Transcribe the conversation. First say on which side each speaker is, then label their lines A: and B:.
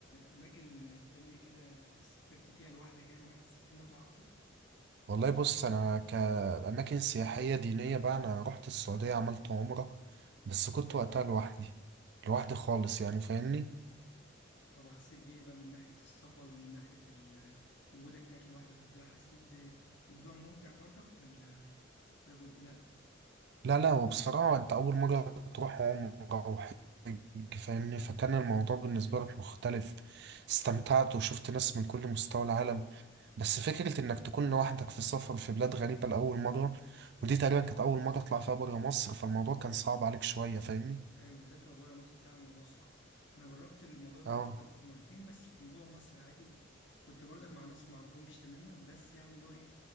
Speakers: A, on the left (about 60°); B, on the right (about 55°).
A: اماكن تانية كده سافرت فيها لوحدك يعني وحسيت بمتعة اكتر
B: والله بص انا كاماكن سياحيه دينيه بقى انا رحت السعوديه عملت عمره بس كنت وقتها لوحدي لوحدي خالص يعني فاهمني
A: طب وحسيت بايه بقى من ناحية السفر ومن ناحية ال- وجودك هناك لوحدك وكده حسيت د- الموضوع ممتع برضك ولا ولا كنت لا
B: لا لا وبصراحه انت اول مره تروح عمره وحج فاهمني فكان الموضوع بالنسبه لك مختلف استمتعت وشفت ناس من كل مستوى العالم بس فكره انك تكون لوحدك في السفر في بلاد غريبه لاول مره ودي تقريبا كانت اول مره اطلع فيها بره مصر فالموضوع كان صعب عليك شويه فاهمني
A: ايوه بالذات لو بره مصر فعلا الموضوع صعب انا جربت الموضوع ده
B: اه
A: برضك مرتين بس كان جوه مصر عادي كنت برضك مع ناس ما اعرفهمش تماما بس يعني اللي هو ايه